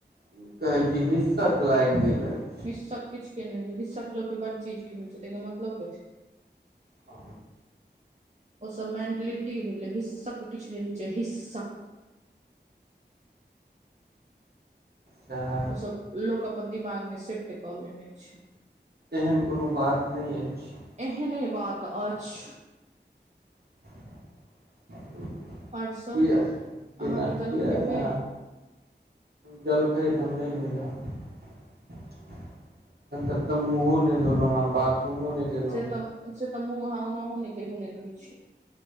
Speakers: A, on the right (about 60°); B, on the right (about 40°).
A: कि कहे छी हिस्सक लागि गेल अछि
B: हिस्सक किछु के नहि हिस्सक लोक बड़ चीज के होई छै तहि के मतलब कथी
A: आ
B: ओसभ मेंटलिटी भेलै हिस्सक किछु नहि होइत छै हिस्सक
A: सएह
B: ओ सभ
A: छै
B: लोक अपन दिमाग मे सेट कऽ लेने छै
A: एहन कोनो बात नइ अछि
B: एहने बात अछि
A: <inaudible>
B: आओर सभ
A: किया
B: अहाँके
A: एना
B: जलखै
A: कियाने
B: भेल
A: जलखै हम नइ भेलै अभि तक तऽ मुहो नइ धोलो बाथरूमो नहि गेलहुँ
B: से त से तऽ हउ न हउ ने कह ह नहि धइ छी